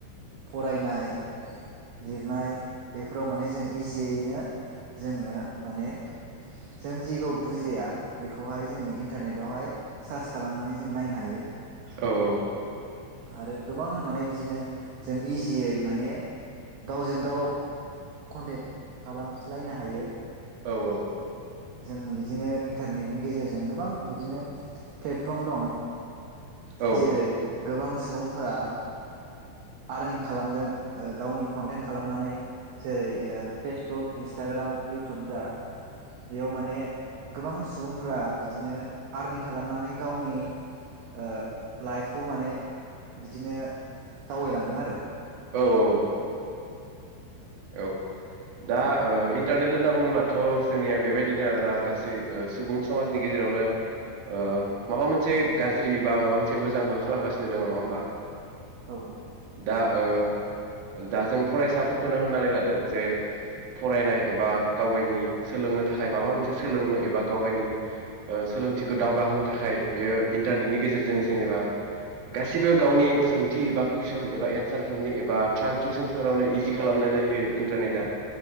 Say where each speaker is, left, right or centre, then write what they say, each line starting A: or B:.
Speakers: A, on the right; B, on the right.
A: फरायनाय लिरनाय बेफोराव माने जों इजियैनो जोङो माने
B: <inaudible>
A: जों जेखौ बुजिया बेखौहाय जोङो इन्टारनेटावहाय सार्च खालामनानै जों नायनो हायो।
B: औ औ
A: आरो गोबां माने बिदिनो जों इजियै माने गावजों गाव कन्टेक्ट खालामस्लायनो हायो।
B: औ औ
A: जों बिदिनो इन्टारनेटनि गेजेरजों गोबां बिदिनो प्लेटफर्म दं।
B: औ
A: जेरै गोबां सुबुंफोरा आरनिं खालामदों। ओ गावनि कन्टेन्ट खालामनानै जेरै ओ फेसबुक इन्सटाग्राम इउटुब जा। बेयाव माने गोबां सुबुंफोरा बिदिनो आरनिं खालामनानै गावनि ओ लाइफखौ माने बिदिनो दावगैलांदों आरो
B: औ औ औ। औ दा ओ इन्टारनेट होनना बुङोब्ला। थ जोंनिया बेबायदिनो आरोना गासै ओ सुबुं समाजनि गेजेरावनो ओ माबा मोनसे गाज्रि बा माबा मोनसे मोजांबो खालामगासिनो दङ नङा होमबा।
A: औ औ
B: दा ओ दा जों फरायसाफोर। होनो होननानै लादो जे। फरायनाय एबा गावगायनि। सोलोंनो थाखाय माबा मोनसे सोलोंनो एबा गावगायनि सोलोंथिखौ दावगाहोनो थाखाय बेयो इन्टारनेटनि गेजेरजों जेनेबा गासिबो गावनि सोंथि एबा कुइसन एबा एन्सारफोरनि एबा ट्रान्सलेसनफोरावनो इ जि खालामनानै होयो इन्टारनेटआ।